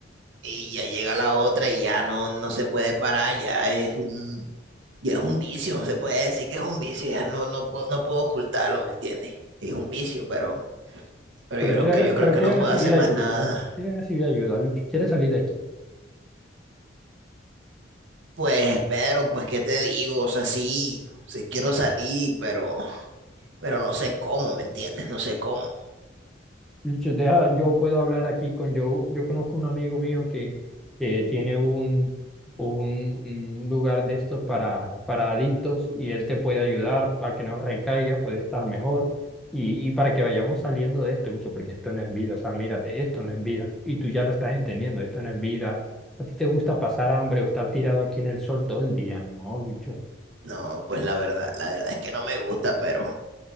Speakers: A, on the right; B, in the centre.
A: y ya llega la otra y ya no, no se puede parar, ya es un, ya es un vicio, se puede decir que es un vicio, ya no, no puedo, no puedo ocultarlo, ¿me entiendes? Es un vicio, pero, pero
B: Pero
A: yo creo
B: quieres,
A: que yo creo
B: pero
A: que
B: quieres
A: no puedo
B: recibir
A: hacer más
B: ayuda,
A: nada.
B: ¿no? quieres recibir ayuda, Lucho, quieres salir de aquí.
A: Pues Pedro pues qué te digo, o sea, sí, sí quiero salir, pero, pero no sé cómo, ¿me entiendes? No sé cómo.
B: Yo, deja, yo puedo hablar aquí con Joe. Yo conozco un amigo mío que, que tiene un, un, un lugar de estos para, para adictos y él te puede ayudar para que no recaigas, puede estar mejor y, y para que vayamos saliendo de esto, Lucho, porque esto no es vida. O sea, mírate, esto no es vida. Y tú ya lo estás entendiendo, esto no es vida. ¿A ti te gusta pasar hambre o estar tirado aquí en el sol todo el día? No, Lucho.
A: No, pues la verdad, la verdad es que no me gusta, pero,